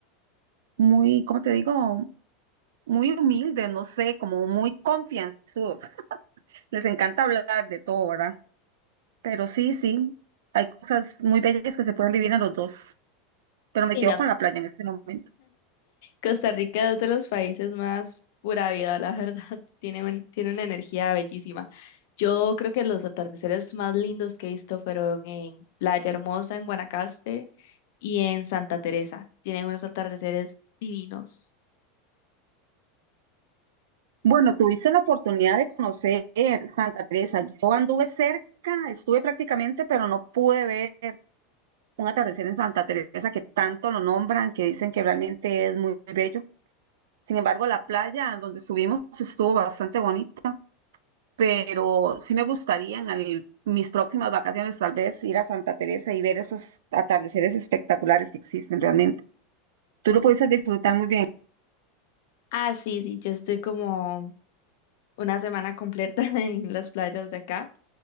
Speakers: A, on the right; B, on the left.
A: muy, ¿cómo te digo? Muy humildes, no sé, como muy confianzudos. Les encanta hablar de todo, ¿verdad? Pero sí, sí, hay cosas muy bellas que se pueden vivir en los dos. Pero me
B: Sí,
A: quedo
B: no.
A: con la playa en este momento.
B: Costa Rica es de los países más pura vida, la verdad. <laughs> Tiene, un- tiene una energía bellísima. Yo creo que los atardeceres más lindos que he visto fueron en Playa Hermosa, en Guanacaste y en Santa Teresa. Tienen unos atardeceres divinos.
A: Bueno, tuviste la oportunidad de conocer Santa Teresa. Yo anduve cerca, estuve prácticamente, pero no pude ver un atardecer en Santa Teresa que tanto lo nombran, que dicen que realmente es muy bello. Sin embargo, la playa donde subimos estuvo bastante bonita, pero sí me gustaría en al- mis próximas vacaciones tal vez ir a Santa Teresa y ver esos atardeceres espectaculares que existen realmente. Tú lo pudiste disfrutar muy bien.
B: Ah, sí, sí, yo estoy como una semana completa <laughs> en las playas de acá